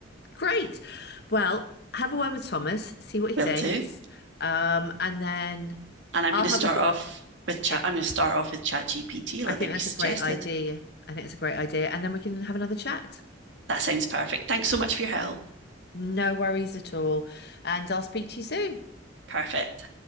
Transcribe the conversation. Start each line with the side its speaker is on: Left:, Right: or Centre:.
Left: Great. Well, have a word with Thomas, see what he
Right: Will
Left: thinks.
Right: do.
Left: Um, and then
Right: And I'm
Left: I'll
Right: going to
Left: have
Right: start
Left: a
Right: off with chat.
Left: yeah.
Right: I'm going to start off with ChatGPT,
Left: I
Right: like
Left: think that's
Right: you suggested.
Left: a great idea. I think it's a great idea. And then we can have another chat.
Right: That sounds perfect. Thanks so much for your help.
Left: No worries at all. And I'll speak to you soon.
Right: Perfect.